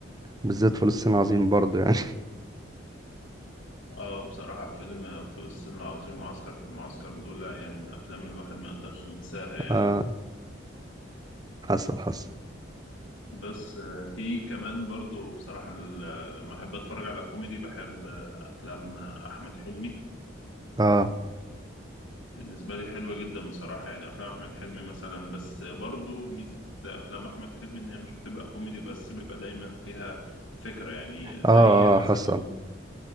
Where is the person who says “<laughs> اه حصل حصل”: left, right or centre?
Right